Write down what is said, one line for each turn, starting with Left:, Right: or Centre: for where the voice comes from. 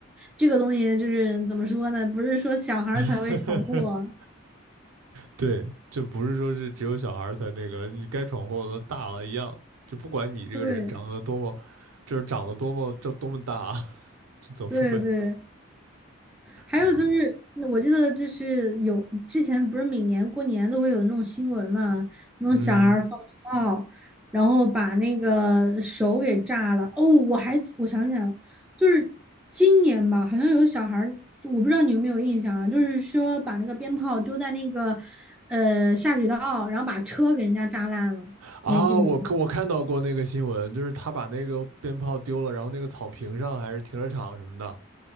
Centre: 这个东西就是怎么说呢，不是说小孩儿才会闯祸，
Right: <laughs> 对，这不是说是只有小孩儿才那个，你该闯祸的大了一样，就不管你这个人长得多么，
Centre: 对
Right: 就是长得多么，这多么大啊，<laughs> 这总是会，
Centre: 对对。还有就是，
Right: 嗯
Centre: 我记得就是有之前不是每年过年都会有那种新闻嘛，那种小孩儿放炮，
Right: 嗯
Centre: 然后把那个手给炸了。哦，我还记我想起来了，就是今年吧，好像有小孩儿我不知道你有没有印象啊，就是说把那个鞭炮丢在那个呃下水道，然后把车给人家炸烂了，
Right: 啊，
Centre: 你还记得吗？
Right: 我看我看到过那个新闻，就是他把那个鞭炮丢了，然后那个草坪上还是停车场什么的，